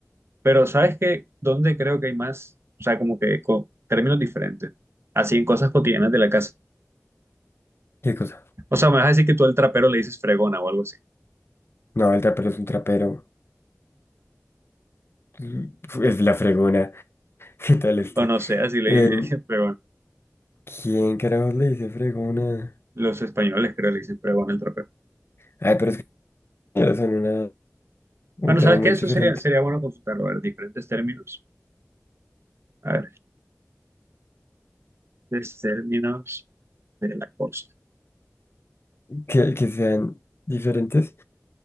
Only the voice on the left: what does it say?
¿Qué cosa?
No, el trapero es un trapero. Mm, Es la fregona. <laughs> ¿Qué tal este?
Em,
¿quién carajos le dice fregona?
Ay, pero es que ya son una, un
tema
muy
diferente.
Que, que sean diferentes.